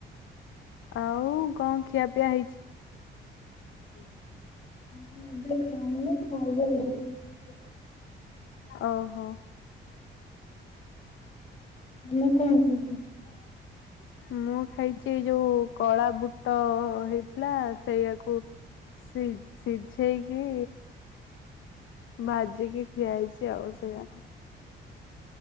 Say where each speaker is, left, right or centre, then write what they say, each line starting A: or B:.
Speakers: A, on the left; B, on the left.
A: ଆଉ କଣ ଖିଆପିଆ ହେଇଛି? <unintelligible>
B: ହୁଁ ଏବେ ଖାଇନି ଖାଇବି ଆଉ ଟିକେ ପରେ।
A: ଓହୋ।
B: ମୁଁ କଣ କହୁଚ।
A: <unintelligible> ମୁଁ ଖାଇଛି ଯୋଉ କଳା ବୁଟ ହେଇଥିଲା ସେଇଆକୁ ସି ସିଝେଇକି ଭାଜିକି ଖିଆ ହେଇଛି ଆଉ ସେଇଆକୁ।